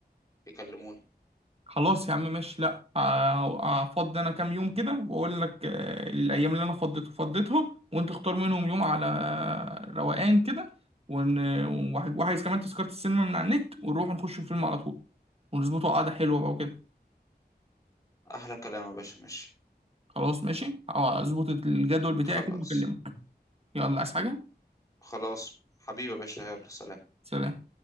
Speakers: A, on the left (about 20°); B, on the right (about 35°).
A: بيكلموني
B: خلاص يا عم ماشي لا ه- هفضي انا كام يوم كده واقول لك آه، الايام اللي انا فضيت فضيتها وانت اختار منهم يوم على آه، روقان كده ون... وه- وعايز كمان تذكرة السينما من على النت ونروح نخش فيلم على طول ونظبطه قعدة حلوة بقى وكده
A: أحلى كلام يا باشا ماشي
B: خلاص ماشي اه اظبط الجدول بتاعي
A: خلاص
B: كده واكلمك يلا عايز حاجة
A: خلاص حبيبي يا باشا يلا سلام
B: سلام